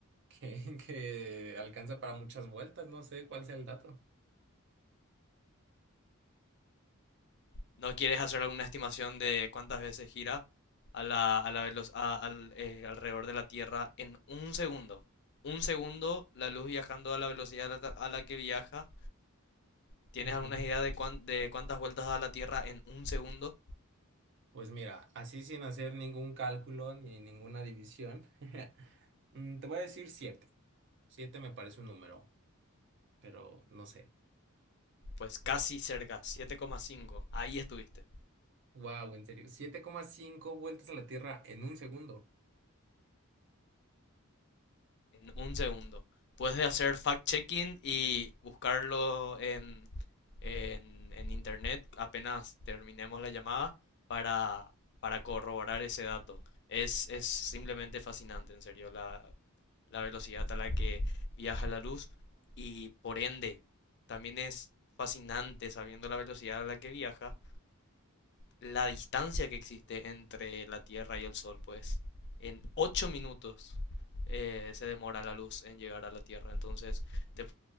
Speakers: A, on the right (about 55°); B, on the left (about 50°).
A: que, <laughs> que alcanza para muchas vueltas, no sé cuál sea el dato.
B: ¿No quieres hacer alguna estimación de cuántas veces gira a la, a la velo- a- al, eh, alrededor de la Tierra en un segundo? Un segundo, la luz viajando a la velocidad a la, a la que viaja. ¿Tienes
A: Mm.
B: alguna idea de, cuán- de cuántas vueltas da la Tierra en un segundo?
A: Pues mira, así sin hacer ningún cálculo ni ninguna división, <laughs> mm, te voy a decir 7. 7 me parece un número, pero no sé.
B: Pues casi cerca, 7,5. Ahí estuviste.
A: Wow, en serio. siete coma cinco vueltas a la Tierra en un segundo.
B: en un segundo. Puedes hacer fact-checking y buscarlo en, en, en internet apenas terminemos la llamada para, para corroborar ese dato. Es, es simplemente fascinante, en serio, la, la velocidad a la que viaja la luz y por ende también es fascinante sabiendo la velocidad a la que viaja la distancia que existe entre la Tierra y el Sol, pues en 8 minutos eh, se demora la luz en llegar a la Tierra. Entonces, te-